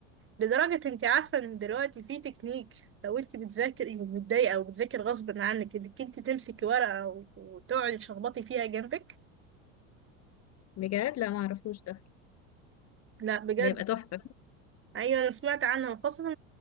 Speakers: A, on the right (about 30°); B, on the left (about 40°).
A: لدرجة انت عارفة ان دلوقتي في تكنيك لو انت بتذاكري ومتضايقة او بتذاكري غصب عنك انك انت تمسكي ورقة و- وتقعدي تشخبطي فيها جنبك
B: بجد لا ما اعرفوش ده
A: لا بجد
B: ده يبقى تحفه
A: ايوه انا سمعت عنها وخاصة